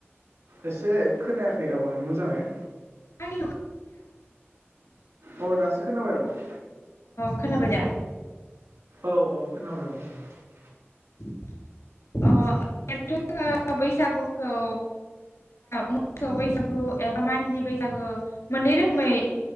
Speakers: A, on the right; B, on the left.
A: एसे खोनायाखै आब'निखौ मोजाङै
B: <unintelligible> अ
A: अ दासो खोनाबाय आब'
B: खोनाबाय दा
A: औ औ खोनाबाय आब' ओं
B: <unintelligible> अ बैसागुखौ मोसौ बैसागु एबा मानसिनि बैसागु मोननै रोखोमै